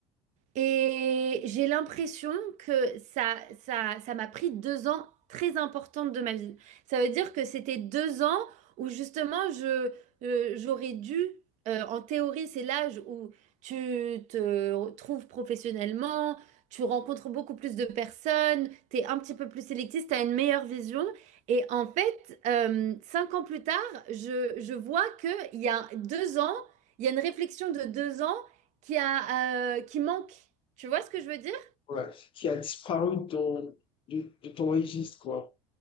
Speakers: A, on the right; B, on the left.
A: Et j'ai l'impression que ça, ça, ça m'a pris deux ans très importantes de ma vie. Ça veut dire que c'était deux ans où justement je, euh, j'aurais dû, euh, en théorie, c'est l'âge où tu te trouves professionnellement, tu rencontres beaucoup plus de personnes, tu es un petit peu plus sélectif, tu as une meilleure vision. Et en fait, euh, cinq ans plus tard, je, je vois qu'il y a deux ans, il y a une réflexion de deux ans qui a, euh, qui manque. Tu vois ce que je veux dire?
B: ouais. Qui a disparu de ton, de, de ton registre, quoi.